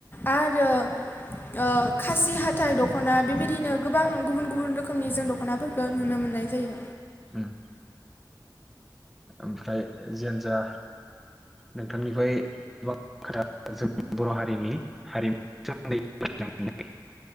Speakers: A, on the left (about 25°); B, in the centre.
A: आरो ओ खासि हाथाइ दखना बेबायदिनो गोबां गुबुन गुबुन रोखोमनि जों दखनाफोरखौ नुनो मोननाय जायो।
B: उम ओमफ्राय जियानजा नोंथांनिफ्राय गोबां खोथा जों बर हारिनि हारिमुनि सोमोन्दै मोनथिनो मोनो